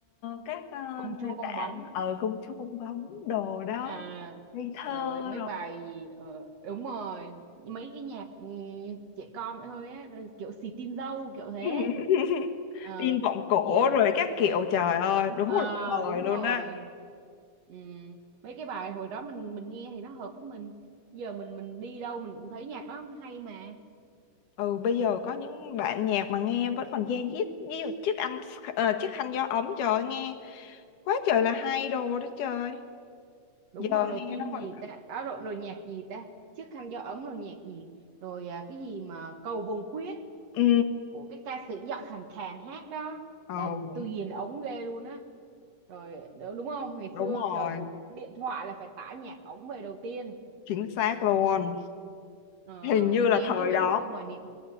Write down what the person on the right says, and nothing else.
công chúa
bong
bóng
à
rồi mấy
bài gì, ờ, đúng rồi mấy cái nhạc ừ, trẻ con vậy thôi á rồi kiểu xì tin dâu kiểu thế
Ờ,
như là
Ờ
đúng
rồi
ừ. mấy cái bài hồi đó mình mình nghe thì nó hợp với mình giờ mình mình đi đâu mình cũng thấy nhạc đó hay mà
đúng
rồi
rồi phim
gì
ta à, rồi, rồi nhạc gì ta chiếc khăn gió ấm rồi nhạc gì rồi à, cái gì mà cầu vồng khuyết
của cái ca sĩ giọng khàn khàn hát đó
là tôi ghiền ống ghê luôn á rồi đ- đúng không ngày
xưa
chờ một điện thoại là phải tải nhạc ống về đầu tiên
Ờ,
nghe
mấy nhạc
xưa hoài niệm